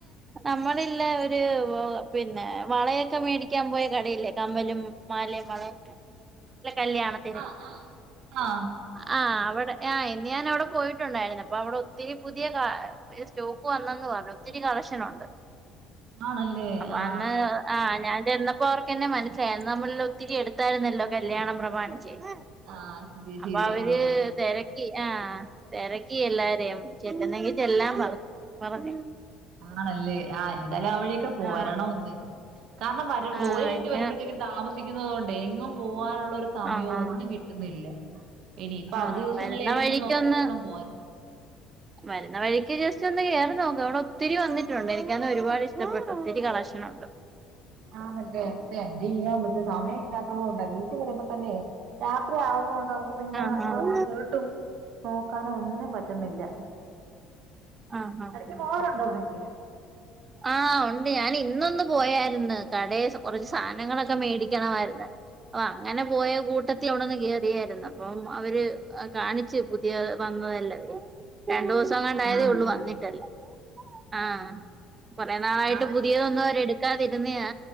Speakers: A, on the right (about 30°); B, on the right (about 65°).
A: നമ്മളില്ല ഒരു പിന്നെ വളയൊക്കെ മേടിക്കാൻ പോയ കടയില്ലേ കമ്മലും മാലേം വളയക്കെ
B: <inaudible>
A: കല്യാണത്തിന്
B: ആ ആ
A: ആ അവിടെ ആ ഇന്ന് ഞാൻ അവിടെ പോയിട്ടുണ്ടായിരുന്നു അപ്പ അവിടെ ഒത്തിരി പുതിയ കാ സ്റ്റോ ക്ക്‌ വന്നെന്നു പറഞ്ഞ് ഒത്തിരി കളക്ഷനുണ്ട്
B: ആ ആണല്ലേ
A: അപ്പൊ
B: ആ
A: അന്ന് ആ ഞാൻ ചെന്നപ്പ ഓർക്കന്നെ മനസ്സിലായി അന്ന് നമ്മള്ല്ല ഒത്തിരി എടുത്തായിരുന്നല്ലോ കല്യാണം പ്രമാണി ച്ച ച്ച്
B: ആ ശരിയാ
A: അപ്പൊ
B: ശരിയാ
A: അവര്
B: ആ
A: തെര ക്കി ആഹ് തെരക്കി എല്ലാരെയും ചെല്ലുന്നെങ്കി ചെല്ലാം പറ പറഞ്ഞു
B: ആണല്ലേ ആ എന്തായാലും അവഴിയൊക്കെ പോരണം
A: ആഹ്
B: ഒന്ന് കാരണം വര
A: ആഹ്
B: ജോലി കഴിഞ്ഞിട്ടു
A: എന്നെ
B: വരുമ്പോഴത്തേക്കും താമസിക്കുന്നത് കൊണ്ടെ എങ്ങും പോവാൻ ള്ളരു സമയമോ
A: ആഹ് ആഹ്
B: ഒന്നും കിട്ടുന്നില്ല ഇനി ഇപ്പൊ
A: ആഹ്
B: അവധി ദിവസങ്ങൾ
A: വരുന്ന
B: ഏതെങ്കിലും
A: വഴിക്കൊന്ന്
B: നോക്കി വെച്ചേണം പോവാൻ
A: വരുന്ന വഴിക്ക് ജസ്റ്റ് ഒന്ന് കേയറി നോക്ക്‌ അവിടെ ഒത്തിരി വന്നിട്ടുണ്ട് എനിക്കണേ ഒരുപാട് ഇഷ്ടപ്പെട്ടു ഒത്തിരി കളക്ഷ് ണ്ട്
B: ആന്നല്ലേ എന്ത് ചെയ്യാമ്പറ്റും സമയം ഇല്ലാത്തത് കൊണ്ട വീട്ടിൽ വരുമ്പോ തന്നെ രാത് ത്രി ആവുന്നണ്ട് നമക്ക് പിന്നെ
A: ആഹ് ആഹ്
B: വേറെ എങ്ങോട്ടും നോക്കാനും ഒന്നിനും പറ്റ് പറ്റുന്നില്ല
A: ആഹ് ആഹ്
B: ഇടയ്ക്ക് പോവാറുണ്ടോ അവിടേക്ക്?
A: ആ ഉണ്ട് ഞാന് ഇന്നൊന്ന് പോയായിരുന്നു കടേ കുറച്ച് സാധനങ്ങളൊക്കെ മേടിക്കണമായിരിന്ന് അപ്പ അങ്ങനെ പോയ കൂട്ടത്തില് അവിടൊന്ന് കയറിയായിരുന്നു അപ്പം അവര് കാണിച്ച് പുതിയ വന്ന് ന്നതെല്ലാം രണ്ട് ദിവസം ണ്ടായതേ
B: ആണല്ലേ
A: ഉള്ളൂ വന്നിട്ട് അത് ആ
B: ഓ
A: കൊറ നാളായിട്ട്
B: ഞാൻ ആ
A: പുതിയതൊന്നും അവര് എടുക്ക് ക്കാതിരുന്നയാ